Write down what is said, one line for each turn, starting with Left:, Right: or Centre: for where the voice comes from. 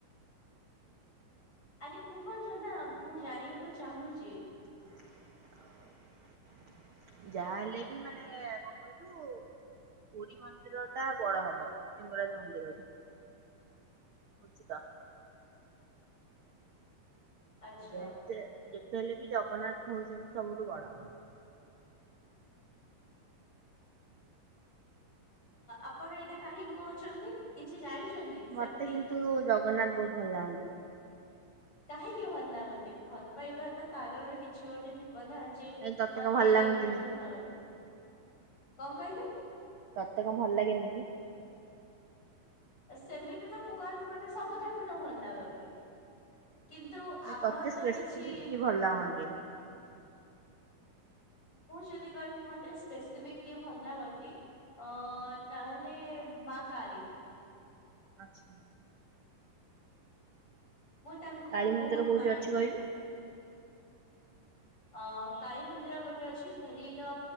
Left: ଆରେ କୁହନ୍ତ ନା ମୁଁ ଜାଣିବାକୁ ଚାହୁଁଛି।
Right: <unintelligible> ଯାହାହଲେ ବି ମାନେ କଣ କହିଲୁ ପୁରୀ ମନ୍ଦିର ଟା ବଡ ହବ ଲିଙ୍ଗରାଜ ମନ୍ଦିରଠୁ ଉଚ୍ଚିତ।
Left: ଆଚ୍ଛା।
Right: ଯେତେ ଯେତେ ହେଲେ ବି ଜଗନ୍ନାଥ ହେଉଛନ୍ତି ସବୁଠୁ ବଡ।
Left: ଆପଣ ଏଇଟା କାହିଁକି କହୁଛନ୍ତି କିଛି ଜାଣିଛନ୍ତି।
Right: ମତେ
Left: ସେମିତି
Right: କିନ୍ତୁ ଜଗନ୍ନାଥ ବହୁତ ଭଲ ଲାଗନ୍ତି।
Left: କାହିଁକି ଭଲ ଲାଗନ୍ତି ଭଲ ପାଇବା ତ କାରଣ କିଛି ଗୋଟେ। ଥିବ ନା ଯେ
Right: କାଇଁ ତତେ
Left: ମତେ
Right: କଣ ଭଲ ଲାଗନ୍ତିନି
Left: ଏଇଥିପାଇଁ ଭଲ
Right: କି?
Left: ଲାଗନ୍ତି କଣ କହିଲେ।?
Right: ତତେ କଣ ଭଲ ଲାଗେନି କି? -
Left: ସେମିତି ତ ମୁଁ କହିବି ମତେ ସବୁ ଠାକୁର ଭଲ ଲାଗନ୍ତି। କିନ୍ତୁ ଆମର
Right: ତତେ ସ୍ପେସିଫିକ
Left: ତ କିଛି
Right: କିଏ ଭଲ ଲାଗନ୍ତି। -
Left: ମୁଁ ଯଦି କହିବି ମତେ ସ୍ପେସିଫିକ କିଏ ଭଲ ଲାଗନ୍ତି। - ଅ ତାହେଲେ ମା କାଳି। -
Right: ଆଚ୍ଛା! -
Left: ମୁଁ ତାଙ୍କୁ
Right: କାଳୀ
Left: ବହୁତ
Right: ମନ୍ଦିର କୋଉଠି
Left: ମାନେ।
Right: ଅଛି
Left: -
Right: କହିଲୁ?
Left: ଅ କଳୀ ମନ୍ଦିର ଗୋଟେ ଅଛି। ପୁରୀ ର